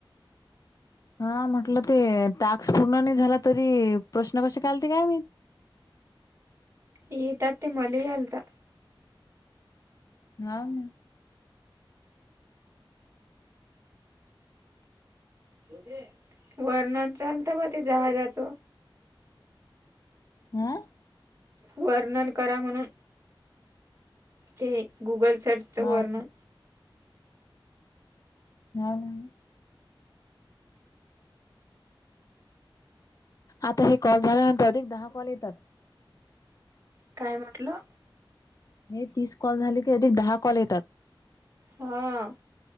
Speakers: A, on the left; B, on the right.
A: हा म्हटलं ते टाक्स पूर्ण नाही झाला तरी प्रश्न कसे काय आलते काय माहित.
B: येतात ते मले ही आलता.
A: हाव ना.
B: होते वर्णन चालत ब ते जहाजाचा.
A: हां
B: वर्णन करा म्हणून ते गुगल सर्चचं
A: हा
B: वर्णन.
A: हाव ना. <inaudible> आता हे कॉल झाल्यानंतर अधिक दहा कॉल येतात.
B: काय मी म्हटलं
A: हे तीस कॉल झाले की अधिक दहा कॉल येतात.
B: हा.